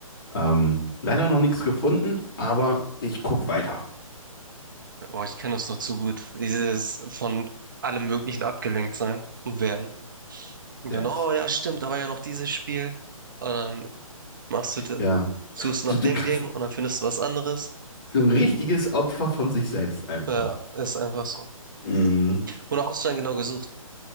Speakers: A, on the left; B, on the right.
A: Ähm, leider noch nichts gefunden, aber ich guck weiter.
B: Oh, ich kenne das noch zu gut. Dieses von allem Möglichen abgelenkt sein und werden. Und
A: Yes.
B: dann, oh ja, stimmt, da war ja noch dieses Spiel. Und dann machst du, de-
A: Ja,
B: suchst du nach
A: du, du
B: dem
A: kannst
B: Game und dann findest du was anderes.
A: so ein richtiges Opfer von sich selbst einfach.
B: Ja, ist einfach so.
A: Mhm.
B: Wonach hast du dann genau gesucht?